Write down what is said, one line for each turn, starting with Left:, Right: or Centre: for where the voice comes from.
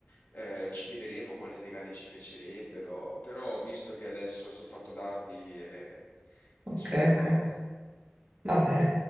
Left: eh, ci chiederemo quali regali ci piacerebbero, però visto che adesso si è fatto tardi, eh, insomma...
Right: Ok, ok, va bene.